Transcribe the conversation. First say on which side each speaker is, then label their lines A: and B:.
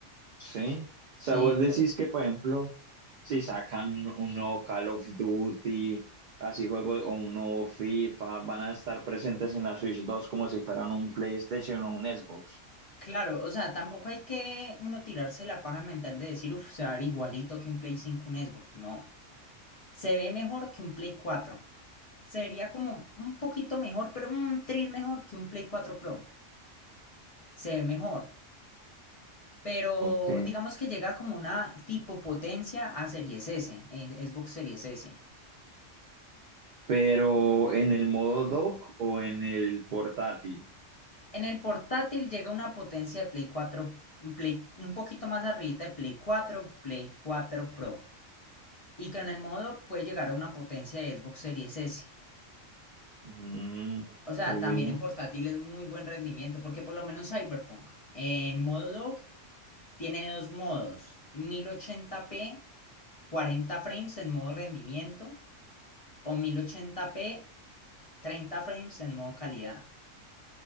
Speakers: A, on the right (about 70°); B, on the left (about 35°).
A: Sí.
B: Sí,
A: O sea, vos
B: entonces,
A: decís que, por ejemplo, si sacan un nuevo Call of Duty, así juego, o un nuevo FIFA, van a estar presentes en la Switch dos como si fueran un PlayStation o un Xbox.
B: claro, o sea, tampoco hay que uno tirarse la paja mental de decir, uff, se va a ver igualito que un Play 5, un Xbox. No, se ve mejor que un Play 4. Sería como un poquito mejor, pero un tris mejor que un Play 4 Pro. Se ve mejor. pero
A: Ok.
B: digamos que llega como una tipo potencia a Series S, eh, Xbox Series S.
A: Pero en el modo dock o en el portátil.
B: En el portátil llega una potencia de Play 4, mm, Play, un poquito más arribita de Play 4, Play 4 Pro. Y que en el modo puede llegar a una potencia de Xbox Series S.
A: Mm, ok.
B: O sea, también en portátil es muy buen rendimiento, porque por lo menos Cyberpunk en modo dock tiene dos modos, 1080p, 40 frames en modo rendimiento, o 1080p Treinta frames en modo calidad.